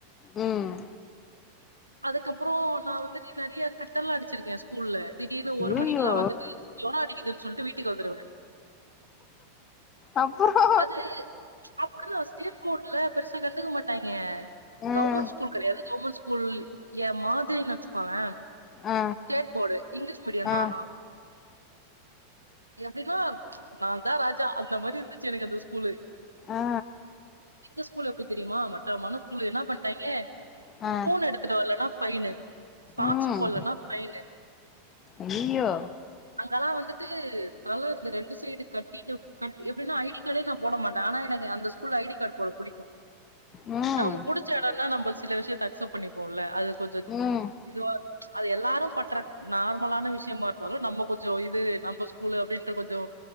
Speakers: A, on the left; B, on the right.
A: ம்
B: அதுக்கப்ரோ நா வந்துட்டு நறைய கட்டெல்லா அடிச்சிருக்கே ஸ்கூல்ல திடீர்னு
A: ஐய்யய்யோ
B: ஒரு மணிக்கிலா வந்துட்டு ஜோரோ அடிக்குதுன்னு சொல்லிட்டு வீட்டுக்கு வந்துருவ
A: அப்புரோ
B: அது அப்டிதா ஸ்டேட் போர்டுல பெருசா கண்டுக்க மாட்டாய்ங்க
A: ம்
B: கவர்மெண்ட் ஸ்கூல் கெடையாது கவர்மெண்ட் புல் ஏ மாதிரி நெனச்சுக்கோங்வ
A: ஆ
B: ஸ்டேட் போர்டு இங்கிலீஷ் மீடியனா
A: ஆ ஆ
B: நா எப்டின்னா நா தா ராஜா அந்த மாறி இருந்துச்சி எனக்கு அந்த ஸ்கூலு
A: ஆ
B: எங்க ஸ்கூல் எப்டி தெரியுமா மட்டமான ஸ்கூலு என்ன பண்டாய்ங்க
A: அ
B: <unintelligible> எடுத்துட்டு வரலன்னா பைனு சாக்ஸ்
A: ம்
B: போலன்னா பைனு
A: ஐய்யய்யோ
B: அங்கல்லா வந்துட்டு தல இந்த ரெண்டு சைடு கட்டிட்டு கட் எப்டின்னா ஐடி கார்டே நா போட மாட்டே ஆனா எனக்கு அந்த புல் ஐடி கார்டு போட புடி
A: ம்
B: நமக்கு புடிச்ச எடம்னா நம்ம சில விஷயத்த அக்சப்ட் பண்ணிப்போம்ல அது கொஞ்ச
A: ம்
B: இதுவா அது எல்லாரு பண்ற நார்மலான விஷயமா இருந்தாலு நம்ம கொஞ்சோ இது நம்ம ஸ்கூல் அப்டின்ற கொஞ்சோ